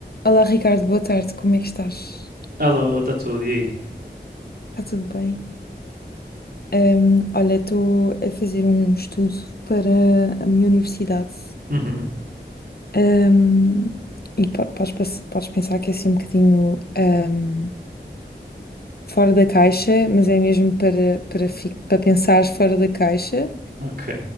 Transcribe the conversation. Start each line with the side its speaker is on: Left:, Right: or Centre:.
Left: Olá Ricardo, boa tarde, como é que estás?
Right: Alô, está tudo, e aí?
Left: Está tudo bem? Hum, olha, estou a fazer um estudo para a minha universidade.
Right: Uhum,
Left: Hum, e po- podes, pass- podes pensar que é assim um bocadinho hum, fora da caixa, mas é mesmo para, para, fi- para pensares fora da caixa
Right: ok.